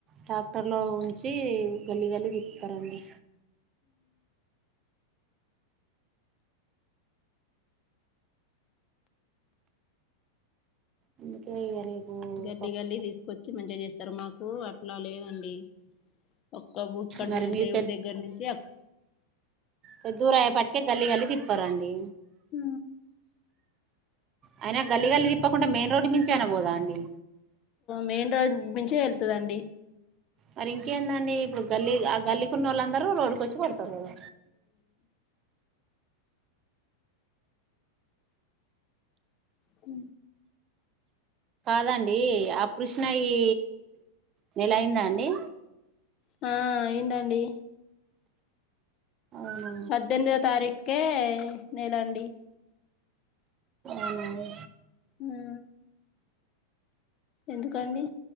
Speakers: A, on the right; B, on the left.
A: ట్రాక్టర్లో ఉంచి గల్లి గల్లికి తిప్తారండి అందుకే ఇగ రేపు
B: గల్లీ
A: పప్పు
B: గల్లి తీసుకొచ్చి మంచిగా చేస్తారు మాకు అట్లా లేవండి ఒక్క ఇక్కడ
A: మరి మీరు
B: దేవుడి దగ్గర నుంచి అక్క
A: కొద్దుూర అయ్యేప్పటికే గల్లీ గల్లీ తిప్పారంండి
B: అ
A: అయినా గల్లి గల్లి తిప్పకుండా మెయిన్ రోడ్డు మించ అన పోదా అండి
B: మెయిన్ రోడ్ నుంచే వెళ్తుదండి
A: మరి ఇంకేందండి ఇప్పుడు గల్లీ ఆ గల్లి ఉన్న వాళ్ళ అందరు రోడ్కి వచ్చిడతారు కదా
B: అ
A: కాదండి ఆ పృష్ణ ఈ నల అయిందా అండి
B: ఆ అయిందండి
A: అవునా
B: పద్దెనిమిదో తారీఖే నేల అండి
A: అవున
B: ఆ ఎందుకండి